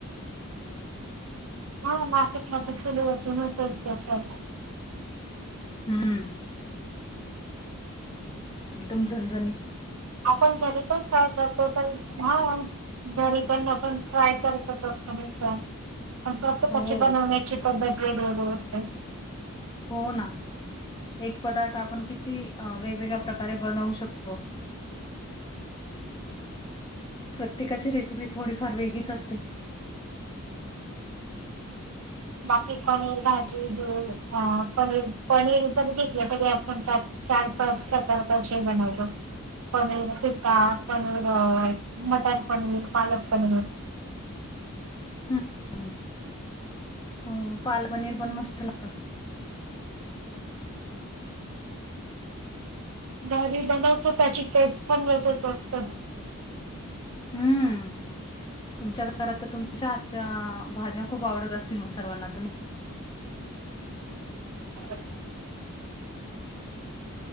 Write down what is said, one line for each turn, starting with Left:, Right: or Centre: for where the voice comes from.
Right: हा. नासिक ना चलूवज न सक्ष
Left: हम्म. एकदम झणझणीत.
Right: आपण जरी पण काय करतो तर हा घरी पण आपण ट्राय करतच असतो मी <unintelligible>
Left: हो
Right: बनवण्याची पद्धत वेगवेगळे असते.
Left: हो ना. एक पदार्थ आपण किती वेगवेगळ्या प्रकारे बनवू शकतो. प्रत्येकाची रेसिपी थोडीफार वेगळीच असते.
Right: बाकी पनीर भाजी ध पनीर पनीरची घेतलं कधी आपण चार, पाच का चार पाचही बनवतो. पनीर पिता, पनीर मटर पनीर, पालक पनीर. <inaudible>
Left: हम् हो पाल पनीर पण मस्त लात.
Right: गाारी बनवतो त्याची टेस्ट पण तसिच असत.
Left: हम्म तुमच्या घरात तर तुमच्या आजच्या भाज्या खूप आवडत असतील म सर्वांना तर.
Right: <unintelligible>